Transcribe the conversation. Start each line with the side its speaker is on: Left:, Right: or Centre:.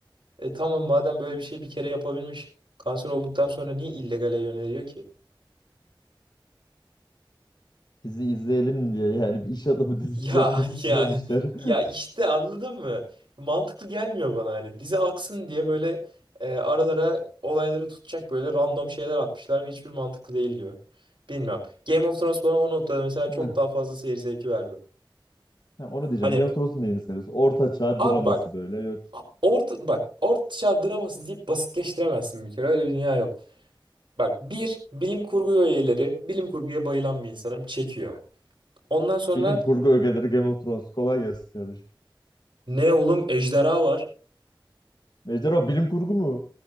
Right: E tamam madem böyle bir şey bir kere yapabilmiş kanser olduktan sonra niye illegale yöneliyor ki?
Left: Bizi izleyelim diye yani bir iş adamı <laughs> dizisi
Right: Ya
Left: yapmak
Right: <laughs>
Left: istememişler.
Right: ya
Left: <laughs>
Right: ya işte anladın mı? Mantıklı gelmiyor bana hani. Dizi aksın diye böyle e, aralara olayları tutacak böyle random şeyler atmışlar ve hiçbir mantıklı değil gibi. Bilmem. Game of Thrones bana o noktada mesela çok
Left: Hı,
Right: daha fazla seyir zevki verdi.
Left: ha, onu diyeceğim.
Right: Hani
Left: Game of Thrones'un neyini seviyorsun? Orta çağ
Right: abi
Left: draması
Right: bak
Left: böyle. Yok.
Right: a- orta bak orta çağ draması deyip basitleştiremezsin bir kere. Öyle bir dünya yok. Bak bir bilim kurgu üyeleri bilim kurguya bayılan bir insanım çekiyor. Ondan sonra
Left: Bilim kurgu ögeleri Game of Thrones. Kolay gelsin kardeşim.
Right: ne oğlum ejderha var
Left: Ejderha bilim kurgu mu?